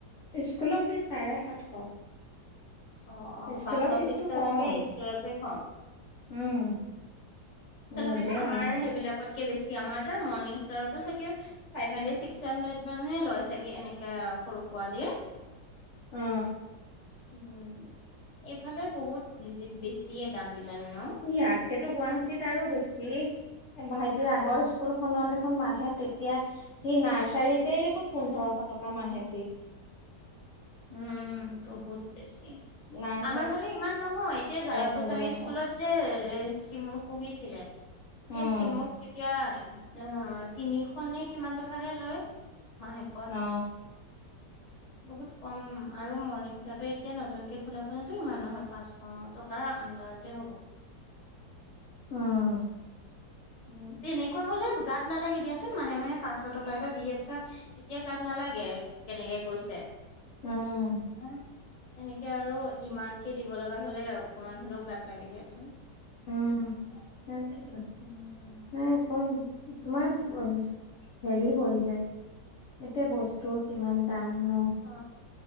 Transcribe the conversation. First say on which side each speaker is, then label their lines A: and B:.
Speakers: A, on the left; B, on the left.
A: স্কুলৰ ফিজ চাৰে সাতশ।
B: অ, অ
A: স্কুলৰ
B: বাছৰ
A: ফিজটো
B: ফিজতকে
A: কম
B: স্কুলতে কম।
A: উম
B: তথাপিতো
A: নিজে
B: আমাৰ
A: অনা
B: সেইবিলাকতকে বেছি। আমাৰ তাৰ মৰ্ণিং ষ্টাৰতো চাগে ফাইভ হানড্ৰেড, ছিক্স হানড্ৰেড মানহে লয় ছাগে এনেকা সৰু পোৱালিৰ।
A: অ।
B: উম, এইফালে বহুত বে বেছিয়ে দাম বিলাক ন?
A: ইয়াতকেটো গুৱাহাটীত আৰু বেছি। ভাইটিৰ
B: উম।
A: আগৰ স্কুল খনত দেখোন মাহে তেতিয়া সি নাৰ্চাৰীতেই দেখোন পোন্ধৰশ টকা মাহে ফীজ।
B: উম, বহুত বেছি।
A: নাই।
B: আমাৰ ফালে ইমান নহয়। এতিয়া যাদৱ
A: পোন্ধৰশ
B: গোস্বামী স্কুলত যে চিমু পঢ়িছিলে
A: উম।
B: সেই চিমুক তেতিয়া আ তিনিশ নে কিমান টকাহে লয় মাহেকত।
A: অ
B: বহুত কম আৰু মৰ্ণিং ষ্টাৰটো এতিয়া নতুনকে খোলাখনটো ইমান নহয়। পাঁচশ টকাৰ আণ্ডাৰতে হ'ব।
A: উম।
B: উ তেনেকুৱা হ'লে গাত নালাগে দিয়াচোন, মাহে মাহে পাঁচশ টকা এটা দি আছা। তেতিয়া গাত নালাগে কেনেকে গৈছে।
A: উম
B: <inaudible> এনেকে আৰু ইমানকে দিব লগা হ'লে অকমান হ'লেও গাত লাগে দিয়াচোন।
A: উম সেইটোৱেটো।
B: উম, উম।
A: নাই কল তোমাৰ হেৰি হ'ল যে এতিয়া বস্তুৰ কিমান দাম ন?
B: অ,